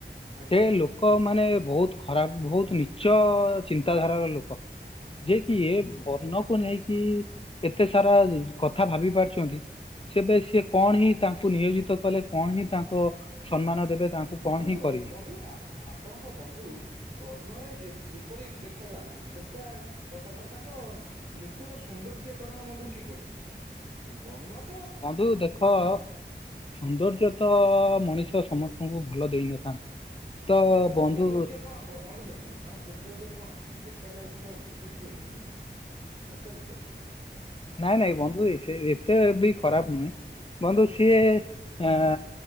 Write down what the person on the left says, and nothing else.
ସେ ଲୋକ ଲୋକ ମାନେ ବହୁତ ଖରାପ୍ ବହୁତ ନିଚ ଚିନ୍ତାଧାରାର ଲୋକ। ଯେ
କି ଏ ବର୍ଣ୍ଣକୁ ନେଇ କିି ଏତେ ସାରା କଥା ଭାବି ପାରୁଛନ୍ତି ସେବେ ସିଏ କଣ ହିଁ ତାଙ୍କୁ ନିୟୋଜିତ କଲେ କଣ ହିଁ ତାଙ୍କ ସମ୍ମାନ
ଦେବେ ତାଙ୍କୁ କଣ
ହିଁ କରିବେ
ବନ୍ଧୁ ଦେଖ ସୌନ୍ଦର୍ଯ୍ୟ ତ ମଣିଷ ସମସ୍ତଙ୍କୁ ଭଲ ଦେଇନଥାନ୍ତି। ତ
ବନ୍ଧୁ
ନାଇଁ ନାଇଁ ବନ୍ଧୁ ସେ ଏତେ ବି ଖରାପ ନୁହେଁ ବନ୍ଧୁ ସିଏ ଆଁ